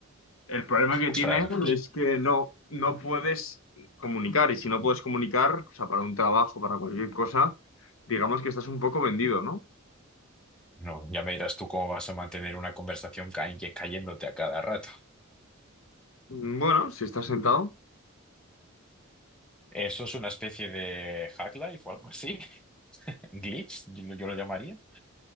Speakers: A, on the left; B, in the centre.
A: El problema que tiene
B: Ostras.
A: es que no, no puedes comunicar y si no puedes comunicar, o sea, para un trabajo, para cualquier cosa, digamos que estás un poco vendido, ¿no?
B: No, ya me dirás tú cómo vas a mantener una conversación ca- cayéndote a cada rato.
A: Bueno, si estás sentado,
B: Eso es una especie de hack life o algo así. <laughs> Glitch, yo, lo yo lo llamaría.